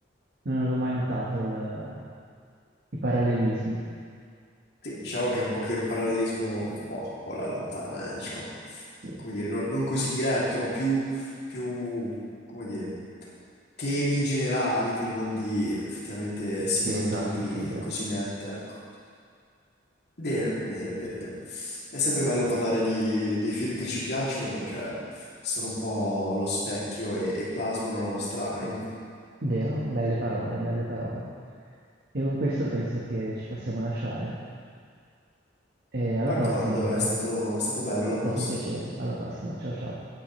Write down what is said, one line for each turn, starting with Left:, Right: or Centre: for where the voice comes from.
Right: non avevo mai notato il- i parallelismi.
Left: Sì, diciamo che è un pochino un parallelismo un po', un po' alla lontana, eh, diciamo,
Right: Sì,
Left: come
Right: sì.
Left: dire, non, non così diretto, no? Più, più, come dire, temi generali che non di effettivamente similitudini
Right: Sì, esatto, sì, è vero.
Left: così nette, ecco. Bene, bene, bene, bene. È sempre bello parlare di, dei film che ci piacciono perché sono un po' lo specchio e, e plasmano la nostra anima.
Right: Vero? Belle parole, belle parole. E con questo penso che ci possiamo lasciare. E alla
Left: D'accordo,
Right: prossima allora.
Left: è stato, è stato bello, alla
Right: È stato
Left: prossima.
Right: un piacere. Alla prossima. Ciao ciao.